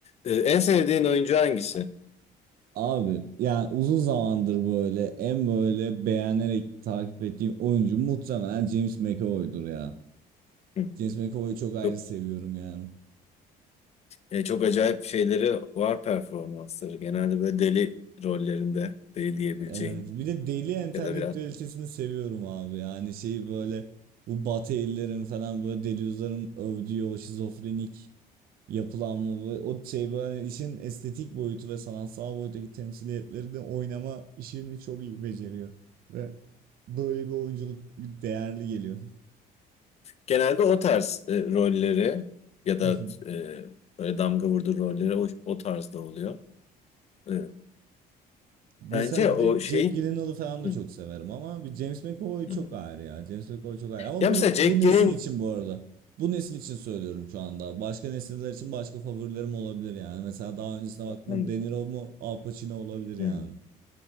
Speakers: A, on the left; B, on the right.
A: Ee, en sevdiğin oyuncu hangisi?
B: Abi yani uzun zamandır böyle en böyle beğenerek takip ettiğim oyuncu muhtemelen James McAvoy'dur ya.
A: Hı.
B: James McAvoy'u çok ayrı
A: Çok,
B: seviyorum yani.
A: e, çok acayip şeyleri var performansları. Genelde böyle deli rollerinde deli diyebileceğin
B: Evet, bir de deli entelektüelitesini
A: ya da biraz.
B: seviyorum abi yani şeyi böyle bu Batı ellerin falan böyle delüzyonların övdüğü o şizofrenik yapılanma böyle, o şey böyle işin estetik boyutu ve sanatsal boyuttaki temsiliyetleri de oynama işini çok iyi beceriyor ve böyle bir oyunculuk değerli geliyor.
A: Genelde o tarz e, rolleri ya da
B: <laughs>
A: e, böyle damga vurdu rolleri o, o tarzda oluyor. E,
B: Mesela
A: bence
B: bir
A: o
B: de
A: şey...
B: Jack Gyllenhaal'ı falan da
A: Hı,
B: çok severim ama bir James McAvoy
A: hı.
B: çok ayrı ya. James McAvoy çok ayrı ama
A: Ya
B: bu,
A: mesela Jack
B: bu nesil
A: Gyllenhaal...
B: için bu arada. Bu nesil için söylüyorum şu anda. Başka nesiller için başka favorilerim olabilir yani. Mesela daha öncesine baktığımda
A: Hı,
B: De Niro mu Al Pacino olabilir yani.
A: hı,